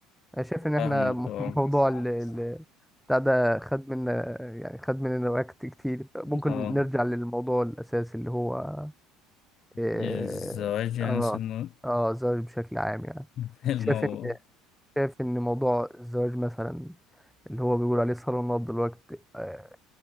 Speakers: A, in the centre; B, on the left (about 50°).
A: انا شايف ان احنا
B: فاهمك
A: م-
B: اه
A: موضوع ال ال- بتاع ده خد منا يعني خد مننا وقت كتير ممكن
B: اه
A: نرجع للموضوع الاساسي اللي هو اه
B: الزواج يعني
A: اه
B: سنه
A: آه، الزواج بشكل عام يعني
B: <laughs> الموضوع
A: شايف ان شايف ان موضوع الزواج مثلا اللي هو بيقول عليه صالونات دلوقتي آه،